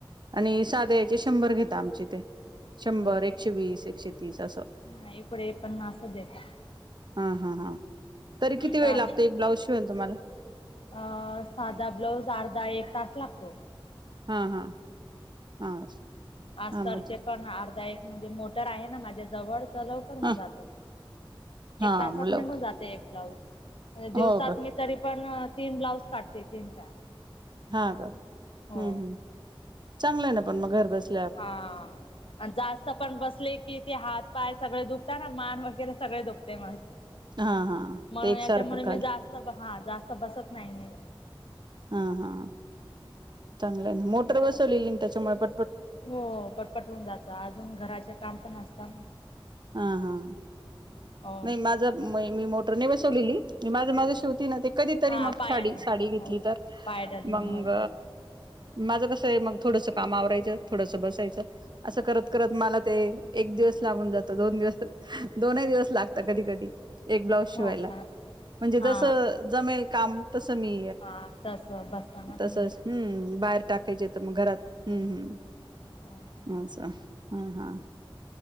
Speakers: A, on the right; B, on the left.
A: आणि साध्याचे शंभर घेता आमचे ते शंभर
B: हो का?
A: एकशे वीस एकशे तीस असं.
B: नाही इकडे पण असं देता
A: हा हा हा,, तरी किती
B: डाळ
A: वेळ लागतोय एक ब्लाउज शिवायला तुम्हाला?
B: अ, साधा ब्लाऊज अर्धा एक तास लागतो.
A: हा हा हा,,
B: आज
A: हा
B: तर,
A: मग
B: ते पण अर्धा एक म्हणजे, मोटर आहे ना माझ्या जवळ, च लऽ करवून
A: ह
B: जात,
A: हा
B: एक तासात
A: मग लवकर
B: नि घुन जात एक ब्लाऊज, मजे देव
A: हो
B: सात
A: का
B: तरी पण तीन ब्लाऊज काढते. तीन चार.
A: हा, ग, हम्म
B: हो.
A: हम्, चांगलं आहे ना पण. मग घर बस
B: हा,, जास्त पण बसले. कि ते हात पाय सगळे दुखतात ना,, मान वगैरे सगळे दुखते मग माझं.
A: हा हा
B: म्हणून
A: ते एकसारखं
B: याच्यामुळे
A: काल
B: मी जास्त,, हा जास्त बसत नाही म
A: हा हा, चांगलं आहे ना, मोटर बसवलेली त्याच्यामुळे प
B: होय, पटपट होऊन जातं, अजून घराचे काम पण असतात.
A: हा हा,
B: हो.
A: नाही माझं. मी मोटर नै बसवलेली, मी माझं माझं शीवती ना. कधीतरी
B: हा
A: मग,
B: पायाने
A: साडी, साडी घेतली
B: हो
A: तर,
B: पायडलने
A: मंग
B: हो.
A: माझं कसं आहे मग, थोडंसं काम आवरायचं, थोडंसं बसायचं, असं करत करत, मला ते एक दिवस लागून जात. दोन दिवस, दोनही दिवस लागत कधी कधी एक ब्लाऊज शिवायला,
B: हो का
A: म्हणजे
B: हा
A: जस जमेल काम. तस मी,
B: हा तस बसताना
A: तसच,
B: तुम्ही.
A: हम्म, बाहेर टाकायचे तर मग घरात हम्म हम्म,
B: बरोबर.
A: अच्छा, हा हा